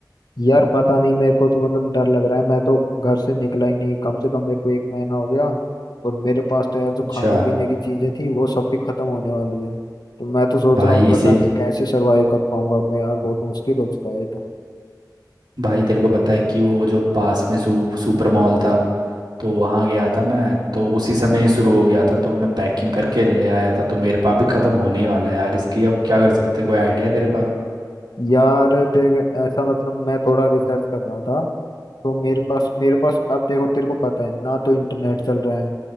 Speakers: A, on the left (about 70°); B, on the right (about 80°).
A: यार पता नहीं मेरे को तो मतलब डर लग रहा है मैं तो घर से निकला ही नहीं कम से कम मेरे को एक महीना हो गया और मेरे पास तो यार जो
B: अच्छा
A: खाने पीने की चीजें थी वो सब भी खत्म होने वाली है तो मैं तो सोच
B: भाई
A: रहा हूँ पता
B: इसे
A: नहीं कैसे सरवाइव कर पाऊंगा मैं यार बहुत मुश्किल हो चुका है ये तो
B: भाई तेरे को पता है कि वो जो पास में सू, सुपर मॉल था तो वहाँ गया था मैं तो उसी समय ये शुरू हो गया था तो मैं पैकिंग करके ले आया था तो मेरे पास भी ख़त्म होने ही वाला है यार इसकी अब क्या कर सकते हैं? कोई आइडिया तेरे पास
A: यार देख ऐसा मतलब मैं थोड़ा रिसर्च कर रहा था तो मेरे पास मेरे पास अब देखो तेरे को पता है ना तो इंटरनेट चल रहा है